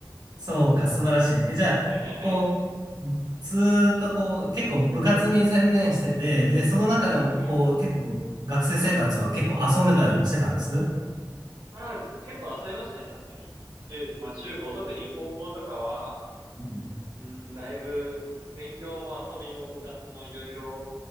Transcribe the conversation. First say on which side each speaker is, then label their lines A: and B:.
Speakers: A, on the right; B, on the right.
A: そうか、素晴らしい。え、じゃあ、
B: はいはいはい。
A: こう、ずーっとこう、結構部活に専念してて、で、その中でもこう、
B: はい。
A: 結構学生生活は結構遊んでたりもしてたんです。
B: ああ、結構遊びましたね、確かに。中、まあ中高、特に高校とかは、
A: うん
B: うん、だいぶ、勉強も遊びも部活もいろいろ、